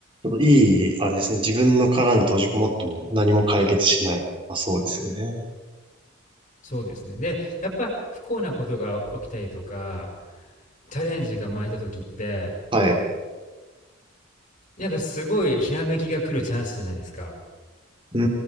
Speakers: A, on the right; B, on the left.
A: っといい、あれですね。自分の殻に閉じこもっても何も解決しない。まあそうですよね。
B: そうですね。で、やっぱ不幸なことが起きたりとか、チャレンジが生まれた時って、
A: はい。
B: なんかすごいひらめきが来るチャンスじゃないですか。
A: うー